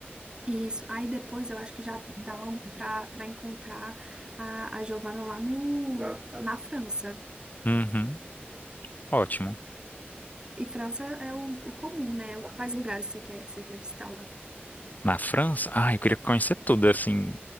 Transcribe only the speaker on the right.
Isso. Aí depois eu acho que já dá um pra para encontrar a, a Giovana lá no, Tá, tá. na França.
E França é o, o comum, né? Quais lugares você quer, você quer visitar lá?